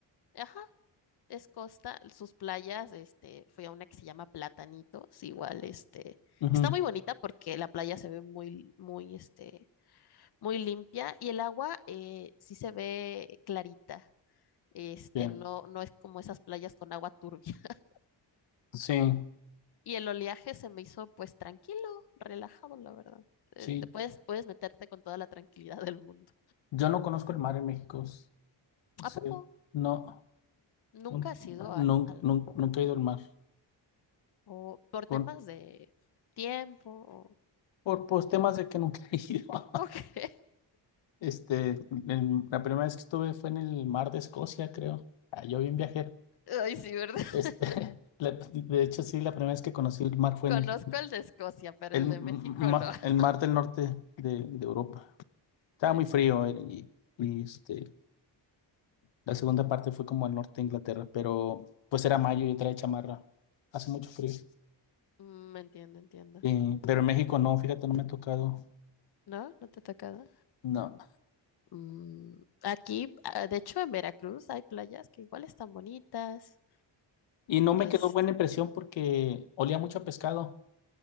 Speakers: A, on the left; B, on the left.
A: ajá, es costa, sus playas, este, fui a una que se llama Platanitos, igual, este,
B: Ujú,
A: está muy bonita porque la playa se ve muy, muy, este, muy limpia y el agua eh, sí se ve clarita, este,
B: Bien.
A: no, no es como esas playas con agua turbia. <laughs>
B: Sí,
A: Y el oleaje se me hizo, pues, tranquilo, relajado, la verdad. Eh,
B: sí.
A: Te puedes, puedes meterte con toda la tranquilidad del mundo.
B: Yo no conozco el mar en México. S-
A: ¿A
B: Sí,
A: poco
B: no,
A: nunca
B: nun-
A: has
B: nun-
A: ido al, al
B: nun- nunca
A: mar?
B: he ido al mar.
A: o por
B: Con,
A: temas de tiempo? o-
B: por, pues, temas de que nunca he ido. <laughs>
A: <laughs> Ok.
B: Este, en- la primera vez que estuve fue en el mar de Escocia, creo. Ah, yo bien viajero.
A: Ay, sí, ¿verdad? <laughs>
B: Este, <laughs> la- de hecho, sí, la primera vez que conocí el mar fue
A: Conozco
B: en el,
A: el de Escocia, pero
B: el,
A: el
B: mar,
A: de México no. <laughs>
B: el mar del norte de, de Europa. Estaba
A: Eh,
B: muy frío eh, y, y, este, la segunda parte fue como al norte de Inglaterra, pero pues era mayo y yo traía chamarra. Hace mucho frío.
A: mm, entiendo, entiendo.
B: Eh, pero en México no, fíjate, no me ha tocado.
A: ¿No? ¿No te ha tocado?
B: No.
A: Mm, aquí, ah, de hecho, en Veracruz hay playas que igual están bonitas.
B: Y no me
A: Este,
B: quedó buena impresión porque olía mucho a pescado